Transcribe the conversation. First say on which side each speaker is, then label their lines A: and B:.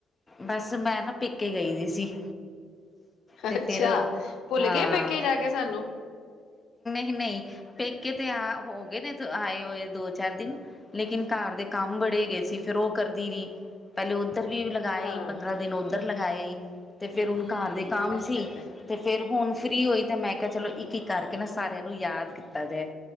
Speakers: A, on the left; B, on the left.
A: ਬਸ ਮੈਂ ਨਾ ਪੇਕੇ ਗਈ ਹੋਈ ਸੀ ਤੇ
B: ਅੱਛਾ
A: ਫਿਰ
B: ਭੁੱਲ
A: ਹਾਂ
B: ਗੇ ਪੇਕੇ ਜਾ ਕੇ ਸਾਨੂੰ
A: ਨੀ ਪੇਕੇ ਤੇ ਆ ਹੋ ਗਏ ਨੇ ਆਏ ਹੋਏ ਦੋ ਚਾਰ ਦਿਨ ਲੇਕਿਨ ਘਰ ਦੇ ਕੰਮ ਬੜੇ ਗਏ ਸੀ ਫੇਰ ਉਹ ਕਰਦੀ ਰਹੀ ਪਹਿਲੇ ਉੱਧਰ ਵੀ ਲਾ ਆਈ
B: ਹਾਂ
A: ਪੰਦਰਾਂ ਦਿਨ ਉੱਧਰ ਲਗਾਏ ਹੀ ਤੇ ਫੇਰ ਹੁਣ ਘਰ ਦੇ ਕੰਮ
B: ਅੱਛਾ
A: ਸੀ।
B: ਅੱਛਾ
A: ਤੇ ਫੇਰ ਹੁਣ ਫ੍ਰਰੀ ਹੋਈ ਤੇ ਮੈਂ ਕਿਹਾ ਚਲੋ ਇੱਕ ਇੱਕ ਕਰਕੇ ਨਾ ਸਾਰਿਆਂ ਨੂੰ ਯਾਦ ਕੀਤਾ ਜਾਏ।